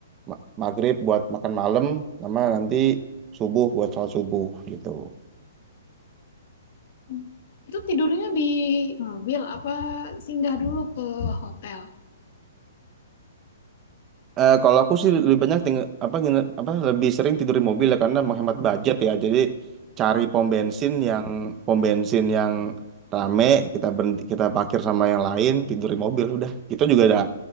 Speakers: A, on the right; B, on the left.
A: ma- maghrib buat makan malam sama nanti subuh buat sholat subuh gitu
B: Hmm. Itu tidurnya di mobil apa singgah dulu ke hotel?
A: Eh, kalau aku sih lebih banyak ting- apa nginep- apa lebih sering tidur di mobil ya karena menghemat budget ya. Jadi cari pom bensin
B: Hmm.
A: yang pom bensin yang rame kita berhenti kita parkir sama yang lain tidur di mobil udah. Itu juga udah